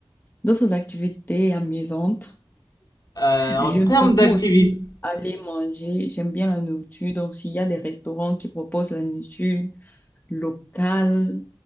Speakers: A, on the left; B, on the left.
A: d'autres activités amusantes.
B: Euh, en
A: J'aime
B: termes
A: surtout
B: d'activité,
A: aussi aller manger. J'aime bien la nourriture. Donc, s'il y a des restaurants qui proposent la nourriture locale,